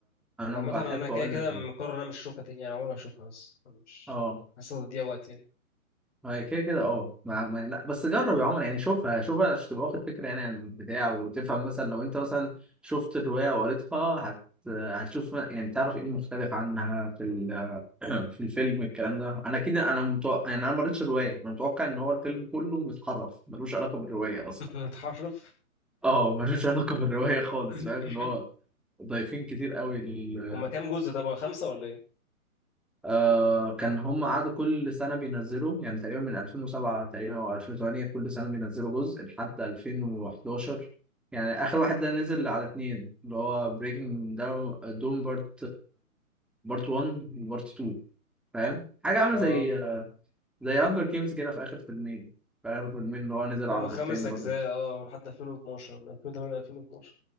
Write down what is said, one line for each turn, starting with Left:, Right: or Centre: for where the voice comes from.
Centre: انا
Left: عامه
Centre: بحب
Left: انا كده
Centre: اقول
Left: كده
Centre: لك
Left: مقرر
Centre: ايه
Left: إن انا مش هشوفها تاني يعني عمري ما هشوفها بس مش
Centre: اه
Left: حاسس تضييع وقت يعني
Centre: هي كده كده اه ما... ما... لا بس جرب يا عمر يعني شوفها شوفها عشان تبقى واخد فكره يعني عن البتاع وتفهم مثلا لو انت مثلا شفت الروايه وقريتها هت... هتشوف م- يعني تعرف ايه المختلف عنها في ال... <clears throat> في الفيلم الكلام ده انا كده انا متوقع يعني انا ما قريتش الروايه انا متوقع ان هو الفيلم كله متحرف ملوش علاقه بالروايه اصلا
Left: <laughs> متحرف
Centre: اه ملوش
Left: <clears throat>
Centre: علاقه بالروايه خالص
Left: <coughs>
Centre: فاهم اللي هو ضايفين كتير قوي لل...
Left: هما كام جزء طب خمسه ولا ايه
Centre: آه كان هم قعدوا كل سنة بينزلوا يعني تقريبا من 2007 تقريبا أو 2008 كل سنة بينزلوا جزء لحد 2011 يعني آخر واحد ده نزل على اتنين اللي هو بريكنج داون دوم بارت بارت 1 وبارت 2 فاهم حاجة عاملة
Left: اه
Centre: زي زي هانجر جيمز كده في آخر فيلمين في آخر فيلمين اللي هو نزل
Left: هما
Centre: على
Left: خمس
Centre: بارتين
Left: اجزاء
Centre: برضه
Left: اه لحد 2012 من 2008 ل 2012